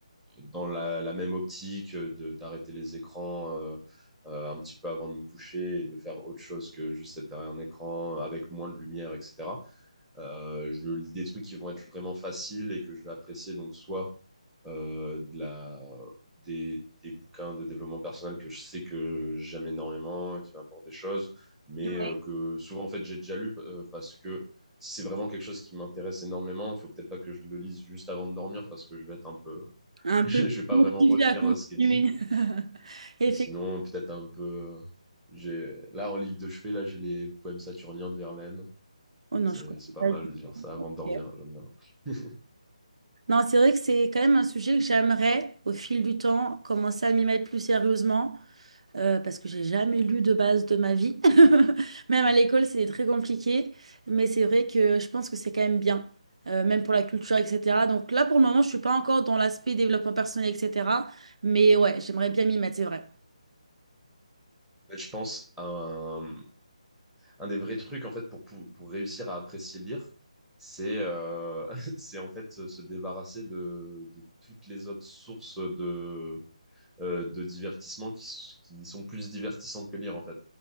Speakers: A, in the centre; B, on the right.
A: dans la, la même optique de d'arrêter les écrans euh, euh, un petit peu avant de me coucher et de faire autre chose que juste être derrière un écran avec moins de lumière, etc. Euh, je lis des trucs qui vont être vraiment faciles et que je vais apprécier, donc soit euh, de la, des, des, bouquins de développement personnel que je sais que j'aime énormément, qui m'apportent des choses, mais
B: Ouais.
A: euh, que souvent, en fait, j'ai déjà lu euh, parce que si c'est vraiment quelque chose qui m'intéresse énormément, il faut peut-être pas que je le lise juste avant de dormir parce que je vais être un peu, <laughs>
B: Un
A: je
B: peu
A: vais pas
B: motivée
A: vraiment retenir
B: à continuer.
A: euh, ce qui est dit.
B: <laughs> Effectivement.
A: Et sinon, peut-être un peu, euh, j'ai là en livre de chevet, là j'ai les poèmes saturniens de Verlaine.
B: Oh non,
A: C'est
B: je comprends
A: c'est pas
B: pas.
A: mal
B: du tout.
A: de dire ça avant
B: Ok.
A: de dormir. J'aime bien. <laughs>
B: Non, c'est vrai que c'est quand même un sujet que j'aimerais, au fil du temps, commencer à m'y mettre plus sérieusement, euh, parce que j'ai jamais lu de base de ma vie. <laughs> Même à l'école, c'était très compliqué, mais c'est vrai que je pense que c'est quand même bien, euh, même pour la culture, etc. Donc là, pour le moment, je suis pas encore dans l'aspect développement personnel, etc. Mais ouais, j'aimerais bien m'y mettre, c'est vrai.
A: En fait, je pense à un... un des vrais trucs en fait pour, pour, pour réussir à apprécier lire, c'est euh, <laughs> c'est en fait se se débarrasser de, de toutes les autres sources de, euh, de divertissement qui, s- qui sont plus divertissantes que lire en fait.